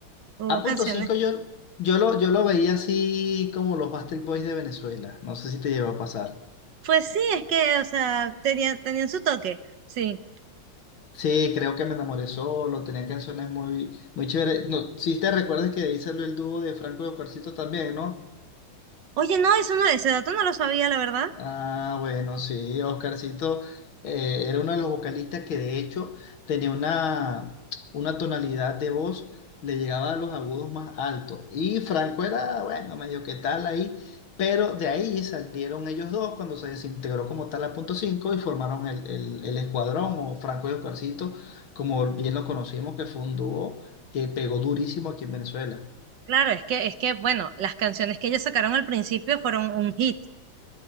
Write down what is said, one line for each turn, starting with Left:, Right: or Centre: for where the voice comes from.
Right: Hubo
Left: A punto
Right: canciones.
Left: 5 yo, yo lo, yo lo veía así como los Backstreet Boys de Venezuela. No sé si te llegó a pasar.
Right: Pues sí, es que, o sea, tenía- tenían su toque. Sí.
Left: Sí, creo que me enamoré solo, tenía canciones muy, muy chéveres. No, sí te recuerdas que ahí el dúo de Franco y Oscarcito también, ¿no?
Right: Oye, no, eso no, ese dato no lo sabía, la verdad.
Left: Ah, bueno, sí, Oscarcito eh, era uno de los vocalistas que de hecho tenía una, una tonalidad de voz, le llegaba a los agudos más altos. Y Franco era, bueno, medio que tal ahí, pero de ahí salieron ellos dos cuando se desintegró como tal la punto 5 y formaron el, el, el escuadrón o Franco y Oscarcito, como bien lo conocimos, que fue un dúo que pegó durísimo aquí en Venezuela.
Right: Claro, es que, es que, bueno, las canciones que ellos sacaron al principio fueron un hit.